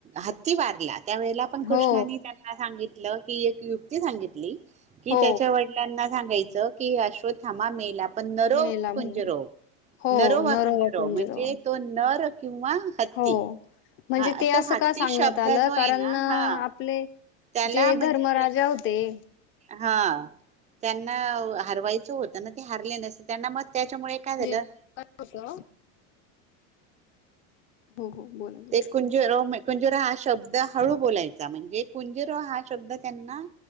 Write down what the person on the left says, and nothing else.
हो,
हो.
मेला
म्हणून. हो,
नरोवा
पंजरोवा.
हो, म्हणजे
ते असं
का सांगण्यात
आलं?
कारण
आपले
जे
धर्मराजा होते हे
जे होतं हो हो. बोला, बोला.